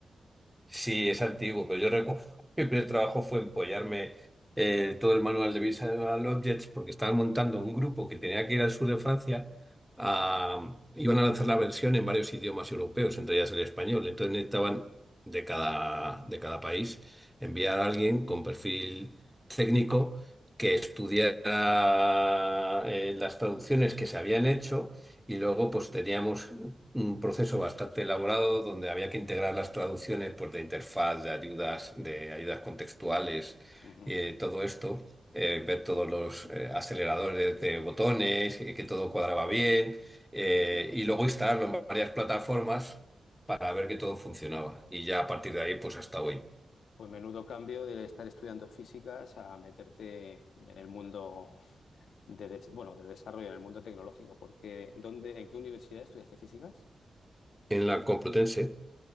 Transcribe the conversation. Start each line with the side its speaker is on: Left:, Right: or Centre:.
Centre: Sí, es antiguo, pero yo recuerdo <laughs> que mi primer trabajo fue empollarme eh, todo el manual de Visual Objects porque estaban montando un grupo que tenía que ir al sur de Francia. a- iban a lanzar la versión en varios idiomas europeos, entre ellas el español. Entonces necesitaban de cada, de cada país enviar a alguien con perfil técnico que estudiara eh, las traducciones que se habían hecho y luego pues teníamos un proceso bastante elaborado donde había que integrar las traducciones pues, de interfaz, de ayudas, de ayudas contextuales,
Left: Ujú,
Centre: eh, todo esto, eh, ver todos los eh, aceleradores de botones, eh, que todo cuadraba bien, eh,
Left: entiendo.
Centre: y luego instalarlo en varias plataformas para ver que todo funcionaba. Y ya a partir de ahí, pues hasta hoy.
Left: Pues menudo cambio de estar estudiando físicas a meterte en el mundo de, de- bueno, de desarrollo, en el mundo tecnológico, porque ¿dónde, en qué universidad estudiaste físicas?
Centre: En la Complutense.